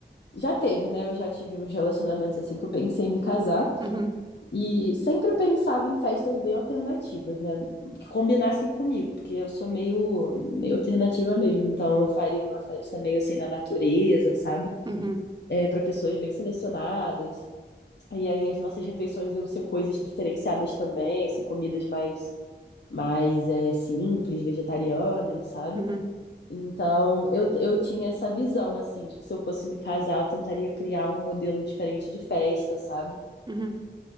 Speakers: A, on the left; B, on the right.
A: já teve, né? Eu já tive uns relacionamentos assim que eu pensei em me casar.
B: uhum,
A: E sempre pensava em festas bem alternativas, né? Que combinassem comigo, porque eu sou meio, meio alternativa mesmo. Então eu faria uma festa meio assim na natureza, sabe?
B: uhum,
A: É, para pessoas bem selecionadas. E aí as nossas refeições iam ser coisas diferenciadas também, assim, comidas mais, mais é, simples, vegetarianas, sabe?
B: uhum,
A: Então eu, eu tinha essa visão, assim, de que se eu fosse me casar, eu tentaria criar um modelo diferente de festa, sabe?
B: uhum.